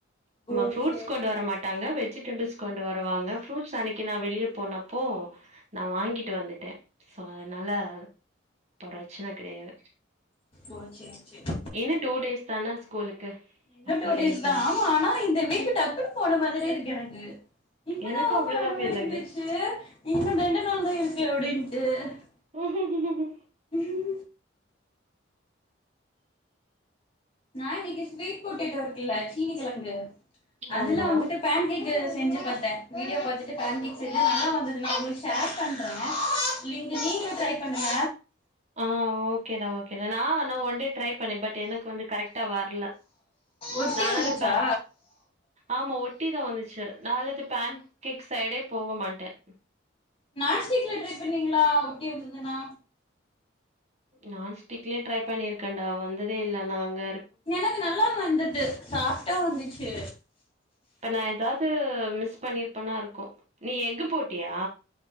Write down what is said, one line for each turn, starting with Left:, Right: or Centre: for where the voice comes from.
Left: ஓ
Right: ப்ரூட்ஸ்
Left: சேரி
Right: கொண்டு
Left: சேரி
Right: வரமாட்டாங்க வெஜிடபிள்ஸ் கொண்டு வர வாங்க ஃப்ரூட்ஸ் அன்னைக்கு நான் வெளியே போனப்போ நான் வாங்கிட்டு வந்துட்டேன் சோ அதனால அப்ப பிரச்சனை கெடையாது
Left: ஓ சேரி சேரி
Right: இன்னும் டூ டேஸ் தானா ஸ்கூலுக்கு
Left: இன்னு
Right: அப்புறம்
Left: டூ டேஸ்
Right: லீவ்
Left: தா
Right: த
Left: ஆமா ஆனா இந்த வீக்
Right: ம்
Left: டக்குன்னு போன மாதிரே இருக்கு எனக்கு இப்பதான்
Right: எனக்கு
Left: ஊப்பலனங்க
Right: அப்டிதா ஃபீல்
Left: இருந்துச்சு
Right: ஆகுது
Left: நீங்க ரெண்டு நாள் தான் இருக்கு அப்படின்னு உ
Right: உஹ்ஹுஹ்ஹீ
Left: உம் நான் இன்னைக்கு ஸ்வீட் போட்டெடோ இருக்குல்ல சீனீ கெழங்கு அதுல
Right: ஆமா
Left: வந்துட்டு பேன் கேக் நெட்ல பார்த்தேன் வீடியோ பாத்துட்டு பேன்கேக் செஞ்சு நல்லா வந்தது நான் உங்களுக்கு ஷேர் பண்றேன் நீங் நீங்களும் ட்ரை பண்ணுங்க
Right: ஆஹ் ஓகேடா ஓகேடா நான் ஒன் டே ட்ரை பண்ணேன் பட் எனக்கு வந்து கரெக்ட்டா வரல
Left: ஒட்டி
Right: நானால
Left: வந்துச்சா
Right: பே ஆமா ஒட்டி தான் வந்துச்சு நான் அது பேன் கேக் சைடே போக மாட்டேன்
Left: நான்ஸ்டிக்ல ட்ரை பண்ணீங்களா ஒட்டி வந்ததுண்ணா
Right: நான் ஸ்டிக்லயும் ட்ரை பண்ணிருக்கேன்டா வந்ததே இல்ல நாங்க
Left: எனக்கு நல்லாம் வந்தது சாஃப்டா வந்துச்சு
Right: இப்ப நா ஏதாவது மிஸ் பண்ணிருப்பனா இருக்கும் நீ எஃகு போட்டியா